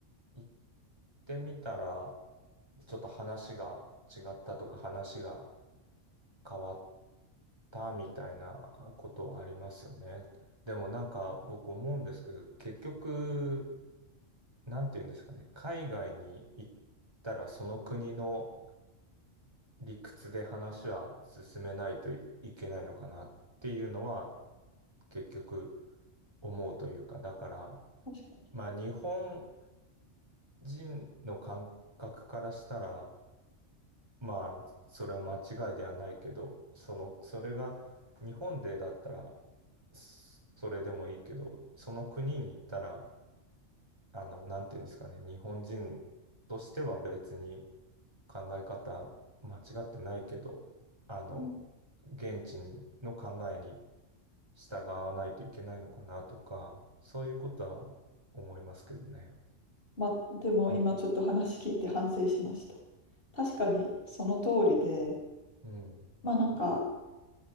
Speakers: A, on the right; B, on the left.
A: 一ってみたら、ちょっと話が違ったとか、話が変わったみたいなことはありますよね。でもなんか僕思うんですけど、結局、なんて言うんですかね、海外に行ったらその国の理屈で話は進めないといけないのかなっていうのは結局思うというか、だから、
B: 確か
A: まあ日本人の感覚からしたら、まあ、それは間違いではないけど、その、それが日本でだったら、そそれでもいいけど、その国に行ったら、あの、なんていうんですかね、日本人としては別に考え方間違ってないけど、あの、
B: に。
A: 現地の考えに従わないといけないのかなとか、そういうことは思いますけどね。
B: まあ、でも今ちょっと話聞いて反省しました。確かにその通りで、
A: うん。
B: まあなんか、